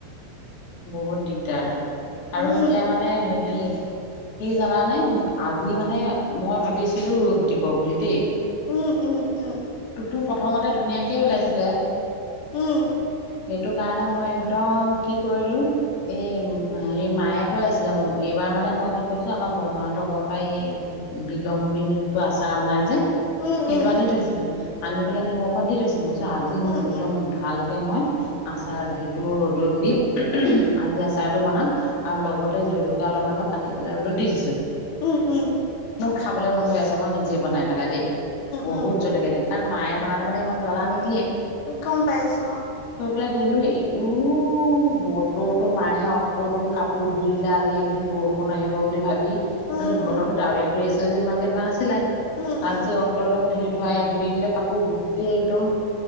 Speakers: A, on the left (about 85°); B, on the left (about 55°).
A: বহুত দিগদাৰ
B: উম উম
A: আৰু এতিয়া মানে হেৰি কি জানানে আজি মানে মই ভাবিছিলো ৰ'দ দিব বুলি দেই
B: উম উম উম
A: তটো প্ৰথমতে ধুনীয়াকে ওলাইছিলে
B: উম
A: সেইটো কাৰণে মই একদম কি কৰিলো এই হে মায়ে কৈ আছিলে মোক এইবাৰ মানে মই কি কৰিছো আমাৰ বৰমাহতৰ ঘৰৰ পৰা এই বিলম্বী যোনটো আচাৰ বনাই যে
B: উম
A: সেইটো
B: উম
A: আনি থৈছিলো আনি পেলাই নিমখত দি থৈছিলো মইছো আজি
B: উম
A: একদম
B: উম।
A: ভাল মই আচাৰ সেইটো ৰ'দত দিম আজি আচাৰটো বনাম আৰু লগতে জলকীয়া অলপমানো কাটি পেলাই ৰ'দত দি দিছোঁ
B: উম উম
A: খাবলৈ মন গৈ আছে মই নিজে বনাই পেলাই দেই বহুত
B: উম
A: জ্বলেকীয়া দিম কাৰণ মায়ে বনালে মানে ইমান জ্বলা নিদিয়ে
B: গম পাইছো
A: লা দিলো উ বতৰটো মায়ে অতদম কাপোৰ ধুই দিলে আজি এইকদিন বৰষুণ আহিব বুলি ভাবি
B: অ উম
A: ান
B: উম।
A: বতৰৰতো ডাৱৰীয়া কৰি আছে ছিল যে ইমানকে ধোৱাাছিলে
B: উম
A: আজি
B: উম
A: অত্দম ধিৰ ধুৱাই ধুই দিলে কাপোৰ গোটেই একদম